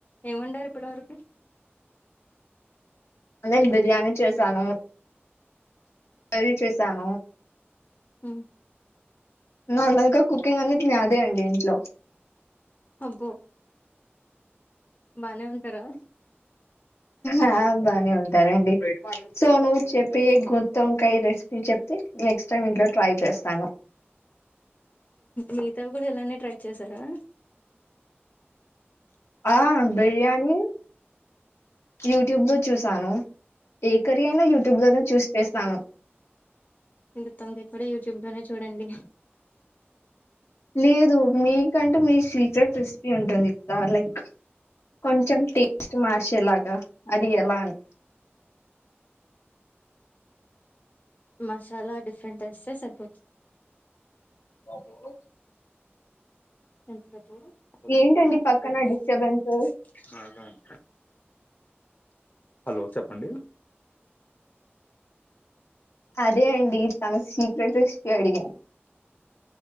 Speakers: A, on the left (about 40°); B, on the left (about 80°).
A: ఏం వండారు ఇప్పటి వరకు
B: నేను బిర్యానీ చేసాను కర్రీ చేసాను
A: ఆ
B: నార్మల్గా కుకింగ్ అనేద్ నాదే అండి ఇంట్లో
A: అబ్బో బానే ఉంటారా
B: ఆ బానే ఉంటారండి సో నువ్వు చెప్పి గుత్తోంకాయ రెసిపీ చెప్తే నెక్స్ట్ టైం ఇంట్లో ట్రై చేస్తాను
A: మిగతావి కూడా ఇలానే ట్రై చేశారా
B: ఆ బిర్యానీ యూట్యూబ్ లో చూసాను ఏ కర్రీ అయినా యూట్యూబ్ లోనే చూస్ చేస్తాను
A: ఇ గుత్తోంకాయ కూడా యూట్యూబ్ లోనే చూడండి
B: లేదు మీకంటే మీ సీక్రెట్ రెసిపీ ఉంటది ఆ లైక్ కొంచెం టేస్ట్ మార్చేలాగా అది ఎలా అని
A: మసాలా డిఫరెంట్ ఏస్తే సరిపోతు
B: బాబోయ్
A: ఏంటో చూడు
B: ఏంటండి
A: <unintelligible>
B: పక్కన డిస్టర్బెన్స్
A: కాని కాని హలో చెప్పండి
B: అదే అండి తను సీక్రెట్ రెసిపీ అడిగాను.